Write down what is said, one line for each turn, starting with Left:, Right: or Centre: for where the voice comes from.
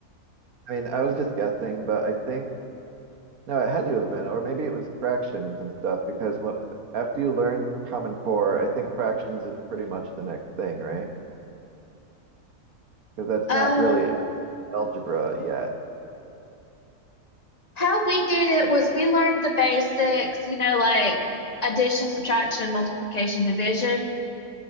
Right: I mean, I was just guessing, but I think no, it had to have been, or maybe it was fractions and stuff because what after you learn Common Core, I think fractions is pretty much the next thing, right? Because that's
Left: uh
Right: not really al- algebra yet.
Left: How we did it was we learned the basics, you know, like addition, subtraction, multiplication, division.